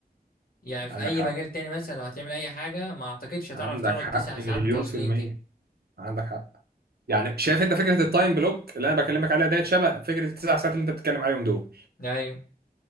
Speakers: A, on the left (about 60°); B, on the right (about 70°).
A: يعني في
B: عندك
A: اي
B: حق
A: مجال تاني مثلا لو هتعمل اي حاجه ما اعتقدش هتعرف
B: عندك
A: تقعد تسع
B: حق
A: ساعات
B: مليون
A: متواصلين
B: في المية
A: كده
B: عندك حق يعني شايف انت فكره التايم بلوك اللي انا بكلمك عليها ديت شبه فكره التسع ساعات اللي انت بتتكلم عليهم دول
A: ايوه